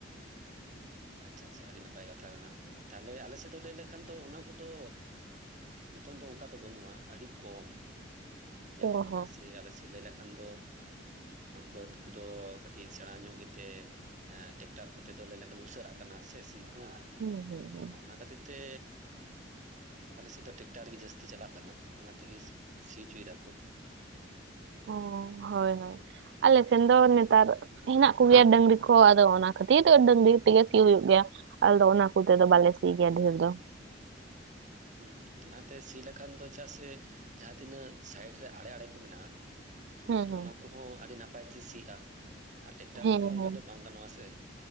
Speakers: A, on the right (about 40°); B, on the right (about 60°).
A: ᱾ ᱟᱪᱪᱷᱟ ᱟᱪᱪᱷᱟ, ᱟᱹᱰᱤ ᱱᱟᱯᱟᱭ ᱠᱟᱛᱷᱟ ᱠᱟᱱᱟ ᱾ ᱛᱟᱦᱚᱞᱮ ᱟᱞᱮ ᱥᱮᱫ ᱫᱚ ᱞᱟᱹᱭ ᱞᱮᱠᱷᱟᱱ ᱫᱚ ᱚᱱᱟ ᱠᱚᱫᱚ ᱱᱤᱛᱚᱝ ᱫᱚ ᱚᱱᱠᱟ ᱫᱚ ᱵᱟᱹᱱᱩᱜᱼᱟ ᱟᱹᱰᱤ ᱠᱚᱢ ᱧᱮᱞᱚᱜ
B: ᱚ
A: ᱠᱟᱱᱟ
B: ᱦᱚᱸ
A: ᱥᱮ ᱟᱞ ᱥᱮᱫ ᱞᱟᱹᱭ ᱞᱮᱠᱷᱟᱱ ᱫᱚ ᱵᱟᱹᱫᱽ ᱠᱚᱫᱚ ᱠᱟᱹᱴᱤᱡ ᱥᱮᱬᱟ ᱧᱚᱜ ᱜᱮᱛᱮ ᱴᱠᱴᱟᱨ ᱠᱚᱛᱮ ᱫᱚ ᱞᱟᱹᱭ ᱞᱮᱠᱷᱟᱱ ᱩᱥᱟᱹᱨᱟᱜ ᱠᱟᱱᱟ ᱥᱮ ᱥᱤ ᱠᱚ
B: ᱦᱩᱸ ᱦᱩᱸ ᱦᱩᱸ
A: ᱚᱱᱟ ᱠᱷᱟᱹᱛᱤᱨ ᱛᱮ ᱟᱞᱮᱥᱮᱫ ᱫᱚ ᱴᱮᱠᱴᱟᱨ ᱜᱮ ᱡᱟᱹᱥᱛᱤ ᱪᱟᱞᱟᱜ ᱠᱟᱱᱟ ᱚᱱᱟ ᱛᱮᱜᱮ ᱥᱤᱪᱚᱭ ᱫᱟᱠᱚ
B: ᱚ ᱦᱳᱭ ᱦᱳᱭ ᱟᱞᱮ ᱥᱮᱱ ᱫᱚ ᱱᱮᱛᱟᱨ ᱦᱮᱱᱟᱜ ᱠᱚᱜᱮᱭᱟ ᱰᱟᱹᱝᱨᱤ ᱠᱚ ᱟᱫᱚ ᱚᱱᱟ ᱠᱷᱟᱹᱛᱤᱨ ᱛᱮ ᱰᱟᱹᱝᱨᱤ ᱛᱮᱜᱮ ᱥᱤ ᱦᱩᱭᱩᱜ ᱜᱮᱭᱟ ᱟᱞᱮ ᱫᱚ ᱚᱱᱟ ᱠᱚᱛᱮ ᱫᱚ ᱵᱟᱞᱮ ᱥᱤ ᱜᱮᱭᱟ ᱰᱷᱮᱨ ᱫᱚ᱾
A: ᱦᱮᱸ ᱚᱱᱟᱛᱮ ᱥᱤ ᱞᱮᱠᱷᱟᱱ ᱫᱚ ᱪᱮᱫᱟᱜ ᱥᱮ ᱡᱟᱦᱟᱸ ᱛᱤᱱᱟᱹᱜ ᱥᱟᱭᱤᱰ ᱨᱮ ᱟᱲᱮ ᱟᱲᱮ ᱠᱚ ᱢᱮᱱᱟᱜᱼᱟ
B: ᱦᱩᱸ
A: ᱛᱚ
B: ᱦᱩᱸ
A: ᱚᱱᱟ ᱠᱚᱦᱚᱸ ᱟᱹᱰᱤ ᱱᱟᱯᱟᱭ ᱛᱮ ᱥᱤᱜᱼᱟ ᱟᱨ ᱴᱮᱠᱴᱟᱨ
B: ᱦᱮᱸ
A: ᱛᱮᱫᱚ ᱚᱱᱠᱟ
B: ᱦᱮᱸ
A: ᱫᱚ ᱵᱟᱝ ᱜᱟᱱᱚᱜᱼᱟ ᱥᱮ